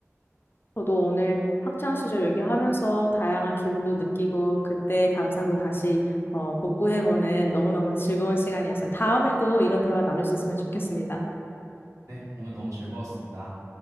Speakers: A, on the left; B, on the right.
A: 저도 오늘 학창 시절 얘기하면서 다양한 기분도 느끼고 그때 감상도 다시 어, 복구해보는 너무너무 즐거운 시간이었어요. 다음에도 이런 대화 나눌 수 있으면 좋겠습니다.
B: 네, 오늘 너무 즐거웠습니다.